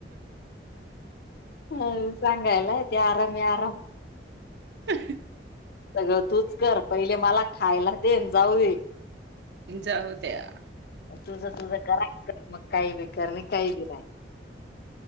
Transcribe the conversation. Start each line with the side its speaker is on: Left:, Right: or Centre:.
Left: म सांगायला येतेे आराम आहे आराम.
Right: अ
Left: अगं तूच कर पहिले मला खायला देन जाऊ दे
Right: जाऊ त्या्या.
Left: तुझं तुझं करा मग काही बी कर नाही काही बी नाही.